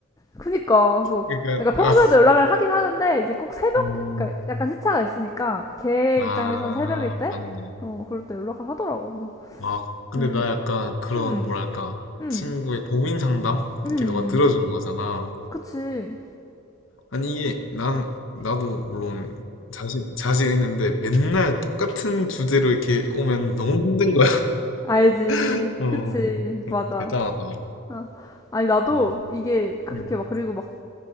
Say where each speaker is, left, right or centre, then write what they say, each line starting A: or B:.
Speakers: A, on the left (about 15°); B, on the left (about 70°).
A: 그니까 그래서
B: 그러니까
A: 그러니까
B: 아,
A: 평소에도 연락을 하긴 하는데 이제 꼭 새벽
B: 음,
A: 그러니까 약간 시차가 있으니까 걔
B: 아
A: 입장에선 새벽일 때
B: 맞네.
A: 어, 그럴 때 연락을 하더라고. 그래서
B: 아 근데
A: 음.
B: 나 약간 그런
A: 음.
B: 뭐랄까
A: 음.
B: 친구의 고민 상담
A: 음.
B: 이렇게
A: 음.
B: 너가 들어주는 거잖아.
A: 그치.
B: 아니 이게 난 나도 물론 자신 자신 있는데 맨날 똑같은 주제로 이렇게 오면 너무 힘든 거야.
A: 알지.
B: <laughs> 어
A: 그치. 맞아.
B: 음, 대단하다.
A: 아. 아니 나도
B: 어,
A: 이게 그렇게
B: 음,
A: 막 그리고 막